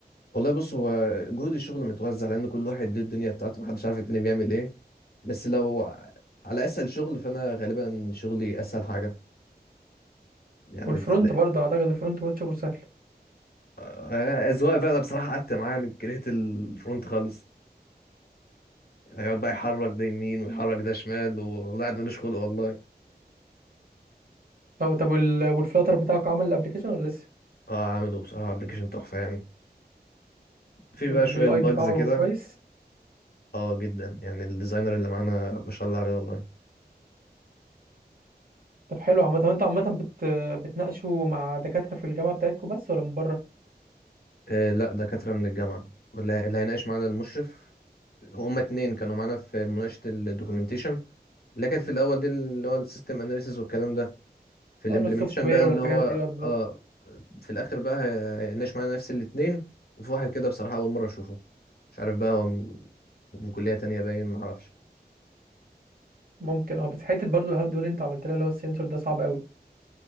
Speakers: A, on the left; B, on the right.
A: والله بص هو جهد الشغل متوزع لان كل واحد ليه الدنيا بتاعته محدش عارف التاني بيعمل ايه بس لو على اسهل شغل فانا غالبا شغلي اسهل حاجه يعني
B: والفرونت
A: لا.
B: برضه اعتقد الفرونت برضه شغله سهل
A: آه، اذواق بقى انا بصراحه قعدت معاه يعني كرهت الفرونت خالص هيقعد بقى يحرك ده يمين ويحرك ده شمال والله قاعد ملوش خلق والله
B: اه طب وال... والفلاتر بتاعك عمل الابليكيشن ولا لسه
A: اه عامله بصراحه ابلكيشن تحفه يعني في
B: واليو
A: بقى شويه باجز
B: اي بتاعه
A: كده
B: كويس
A: اه جدا يعني الديزاينر اللي معانا ما شاء الله عليه والله
B: طب حلو عامة انتوا عامة بت... بتناقشوا مع دكاترة في الجامعة بتاعتكم بس ولا من بره
A: آه لا دكاترة من الجامعة واللي اللي هيناقش معانا المشرف هما اتنين كانوا معانا في مناقشة الدوكيومنتيشن اللي كانت في الأول دي اللي هو السيستم أناليسيز والكلام ده في الإمبلمنتيشن
B: اقول له السوفت وير
A: بقى
B: والحاجات
A: اللي هو
B: دي اه بالظبط
A: اه في الآخر بقى هي- هيناقش معانا نفس الاتنين وفي واحد كده بصراحة أول مرة أشوفه مش عارف بقى هو من من كلية تانية باين معرفش
B: ممكن اه بس حتة برضه الهارد وير انت عملت لها اللي هو السنسور ده صعب قوي